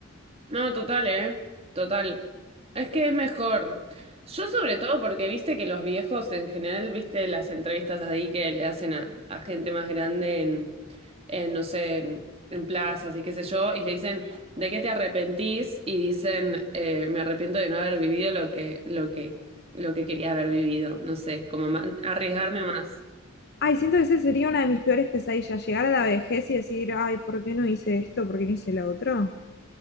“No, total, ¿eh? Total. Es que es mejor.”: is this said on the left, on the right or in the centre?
Right